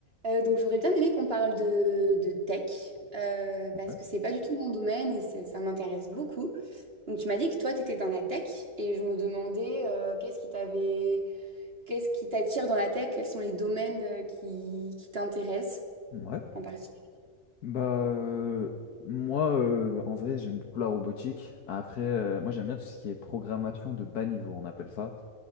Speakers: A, on the right (about 40°); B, on the left (about 80°).
A: Euh, donc j'aurais bien aimé qu'on parle de, de tech, euh, parce
B: Ouais.
A: que c'est pas du tout mon domaine et c'est- ça m'intéresse beaucoup. Donc tu m'as dit que toi, tu étais dans la tech et je me demandais euh, qu'est-ce qui t'avait, qu'est-ce qui t'attire dans la tech, quels sont les domaines euh, qui, qui t'intéressent
B: Ouais.
A: en particulier.
B: Bah, euh, moi, euh, en vrai, j'aime beaucoup la robotique. Après, euh, moi, j'aime bien tout ce qui est programmation de bas niveau, on appelle ça.